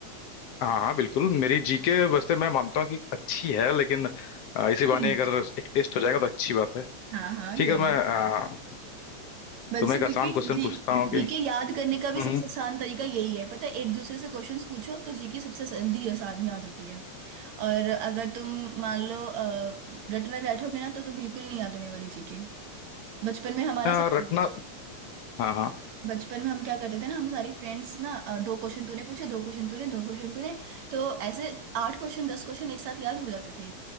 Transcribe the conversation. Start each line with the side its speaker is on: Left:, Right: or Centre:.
Left: हाँ हाँ बिल्कुल मेरी जीके वैसे मैं मानता हूँ कि अच्छी है लेकिन अ, इसी
Right: लेकिन
Left: बहाने
Right: मुझे
Left: अगर
Right: भी-
Left: एक टेस्ट हो जाएगा तो अच्छी बात है
Right: हाँ हाँ
Left: ठीक
Right: क्यों
Left: है तो
Right: नहीं
Left: मैं अ,
Right: बल्कि
Left: तुम्हें एक
Right: जीके
Left: आसान क्वेश्चन
Right: जी
Left: पूछता हूँ
Right: जीके
Left: कि
Right: याद करने का भी
Left: हम्म,
Right: सबसे आसान तरीका यही है पता है एक दूसरे से क्वेश्चंस पूछो तो जीके सबसे जल्दी आसान याद होती है और अगर तुम मान लो अ, रट में बैठोगे ना तो तो बिल्कुल नहीं याद होने वाली जीके बचपन में हमारा
Left: अ,
Right: सही
Left: रटना हाँ हाँ
Right: बचपन में हम क्या करते थे ना हम सारी फ्रेंड्स ना अ, दो क्वेश्चन तूने पूछे दो क्वेश्चन तूने दो क्वेश्चन तूने तो ऐसे आठ क्वेश्चन दस क्वेश्चन एक साथ याद हो जाते थे